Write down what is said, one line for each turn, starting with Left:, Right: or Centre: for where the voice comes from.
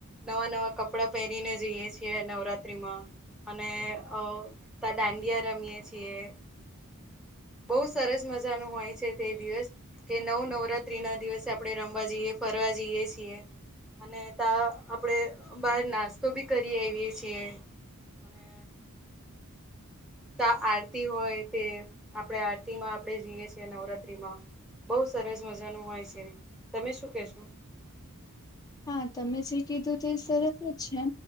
Centre: નવા નવા કપડાં પહેરીને જઈએ છીએ નવરાત્રીમાં. અને અ તા દાંડિયા રમીયે છીએ. બઉુ સરસ મજાનું હોય છે તે દિવસ કે નવ નવરાત્રીના દિવસે આપણે રમવા જઈએ. ફરવા જઈએ છીએ. અને ત્યા આપડે બહાર નાસ્તો બી કરી આવીએ છીએ. અને તો આરતી હોય તે આપણે આરતીમાં આપણે જઈએ છીએ નવરાત્રીમાં બહુ સરસ મજાનું હોય છે તમે શું કેશો.
Left: હા તમે જે કીધું તે સરસ જ છે